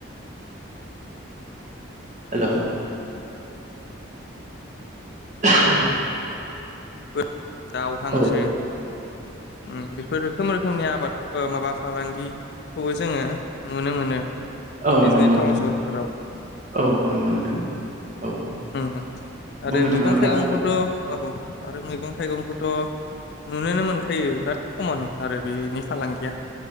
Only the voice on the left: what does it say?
<inaudible> दाव हांसो
<inaudible> उम बेफोर रोखोम रोखोमनि आबाद ओ माबा फालांगि खौबो जोङो नुनो मोनो।
बिदिनो
टाउन
सहरफोराव
उम उम आरो
मैगं
थाइगंखौथ' <inaudible> आरो मैगं थाइगंखौथ' नुनोनो मोनखायो बिराद खमन आरो बेनि फालांगिया।